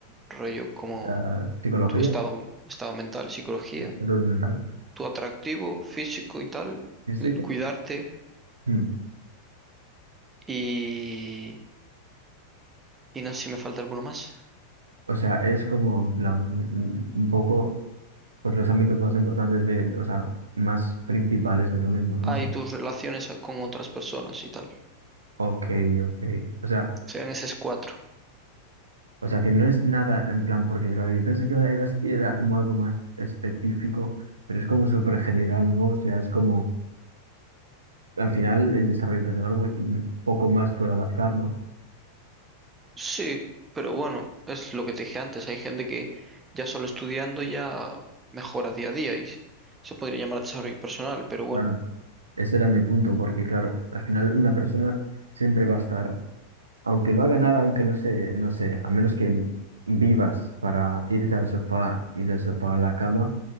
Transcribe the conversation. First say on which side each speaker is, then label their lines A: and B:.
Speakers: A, on the right (about 15°); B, on the right (about 75°).
A: rollo como
B: o sea, psicología,
A: tu estado,
B: ¿no?
A: estado mental, psicología,
B: Sí, salud mental,
A: tu atractivo físico y tal,
B: físico.
A: l- cuidarte
B: mm.
A: y, y no sé si me falta alguno más.
B: O sea, es como en plan, mm, un poco, pues los ámbitos más importantes de, o sea, más principales de uno mismo, ¿no?
A: Ah, y tus relaciones ah, con otras personas y tal.
B: Ok, ok. O sea,
A: Serían esas cuatro.
B: o sea que no es nada en plan, porque claro, yo pensé que era, era como algo más específico, pero es como súper general, ¿no? O sea, es como, al final el desarrollo personal, pues mm, poco más puede abarcar, ¿no?
A: Sí, pero bueno, es lo que te dije antes. Hay gente que ya solo estudiando ya mejora día a día y se podría llamar desarrollo personal, pero bueno.
B: Claro, ese era mi punto, porque claro, al final una persona siempre va a estar, aunque no haga nada, aunque no se no sé, a menos que vivas para irte al sofá y del sofá a la cama,